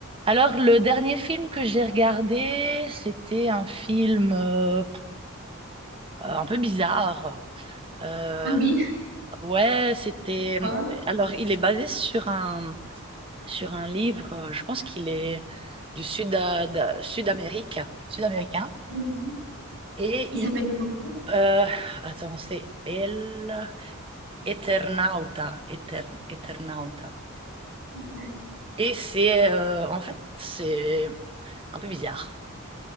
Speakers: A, on the right; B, on the right.
A: Alors, le dernier film que j'ai regardé, c'était un film euh, un peu bizarre. Euh,
B: Ah oui,
A: ouais, c'était.
B: quoi?
A: Alors, il est basé sur un sur un livre. euh, Je pense qu'il est du sud d'A- Sud-Amérique, sud-américain.
B: Mhm.
A: Et
B: Il s'appelle
A: il,
B: comment?
A: euh, attends, c'est El Eternauta, Etern- Eternauta.
B: D'accord.
A: Et c'est euh, en fait c'est un peu bizarre.